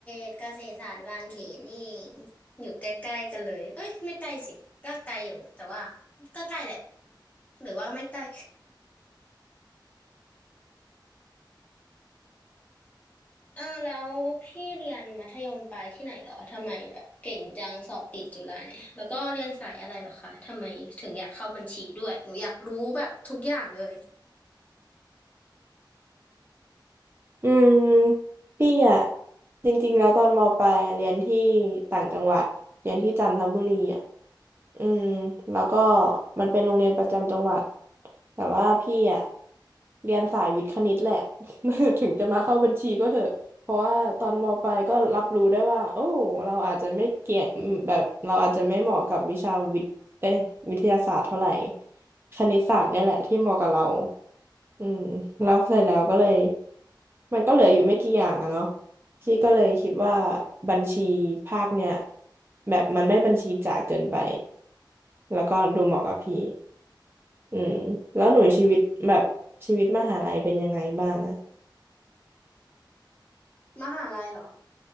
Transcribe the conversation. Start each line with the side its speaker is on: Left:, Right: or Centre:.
Left: ตรเกษตรศาสตร์บางเขนนี่เองอยู่ใกล้ๆกันเลยเอ้ยไม่ใกล้สิก็ไกลอยู่แต่ว่าก็ใกล้แหละหรือว่าไม่ใกล้ เออแล้วพี่เรียนมัธยมปลายที่ไหนเหรอทำไมแบบเก่งจังสอบติดจุฬาเนี่ยแล้วก็เรียนสายอะไรเหรอคะทำไมถึงอยากเข้าบัญชีด้วยหนูอยากรู้แบบทุกอย่างเลย
Right: อืมพี่อะจริงๆแล้วตอนมปลายอะเรียนที่ต่างจังหวัดเรียนที่จันทบุรีอะอืมแล้วก็มันเป็นโรงเรียนประจำจังหวัดแต่ว่าพี่อะเรียนสายวิทย์คณิตแหละ <laughs> ถึงจะมาเข้าบัญชีก็เถอะเพราะว่าตอนมปลายก็รับรู้ได้ว่าโอ้เราอาจจะไม่เก่งแบบเราอาจจะไม่เหมาะกับวิชาวิทย์เอ้ยวิทยาศาสตร์เท่าไหร่คณิตศาสตร์เนี่ยแหละที่เหมาะกับเรา อืมแล้วเสร็จแล้วก็เลยมันก็เหลืออยู่ไม่กี่อย่างอะเนาะพี่ก็เลยคิดว่าบัญชีภาคเนี่ยแบบมันไม่บัญชีจ๋าเกินไปแล้วก็ดูเหมาะกับพี่อืมแล้วหนูชีวิตแบบชีวิตมหาลัยเป็นยังไงบ้างอะ
Left: มหาลัยเหรอ